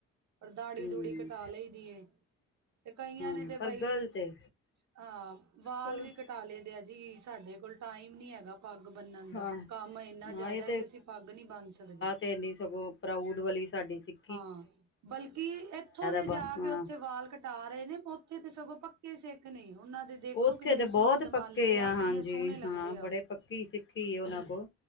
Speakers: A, on the right; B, on the left.
A: ਪਰ ਦਾੜੀ
B: ਹੂੰ
A: ਦੂੜੀ ਕਟਾ ਲਈ ਦੀ ਐ, ਤੇ ਕਈਆਂ
B: ਹਾਂ
A: ਨੇ ਤੇ ਬਈ
B: ਪਰ ਗ਼ਲਤ ਏ
A: ਹਾਂ, ਵਾਲ
B: ਹੂੰ
A: ਵੀ ਕਟਾ ਲੈ ਦੇ ਆ, ਜੀ ਸਾਡੇ ਕੋਲ ਟਾਈਮ ਨੀ ਹੈਗਾ। ਪੱਗ ਬੰਨਣ ਦਾ,
B: ਹਾਂ
A: ਕੰਮ ਇੰਨਾ
B: ਹਾਂ
A: ਜ਼ਿਆਦਾ
B: ਇਹ
A: ਐ ਕਿ ਅਸੀਂ ਪੱਗ ਨੀ ਬਣ ਸਕਦੇ।
B: ਤੇ ਨੀ ਸਗੋਂ ਪ੍ਰਰਾਊਡ ਵਾਲੀ ਸਾਡੀ ਸਿੱਖ
A: ਹਾਂ ਬਲਕਿ ਇੱਥੋਂ ਦੇ
B: ਬ
A: ਜਾ
B: ਹਾਂ
A: ਕੇ ਉੱਥੇ ਵਾਲ ਕਟਾ ਰਹੇ ਨੇ, ਉੱਥੇ ਤੇ ਸਗੋਂ ਪੱਕੀ ਸਿੱਖ ਨੀ ਉਹਨਾਂ ਦੇਖੋ
B: ਉੱਥੇ
A: ਕਿੰਨੇ
B: ਤੇ
A: ਸੋਹਣੇ
B: ਬਹੁਤ
A: ਦਮਾਲੇ
B: ਪੱਕੇ
A: ਆ,
B: ਹਾਂਜੀ
A: ਕਿੰਨੇ ਸੋਹਣੇ ਲੱਗਦੇ
B: ਹਾਂ
A: ਆਹ।
B: ਬੜੇ ਪੱਕੀ ਸਿੱਖੀ ਉਹਨਾਂ ਕੋਲ,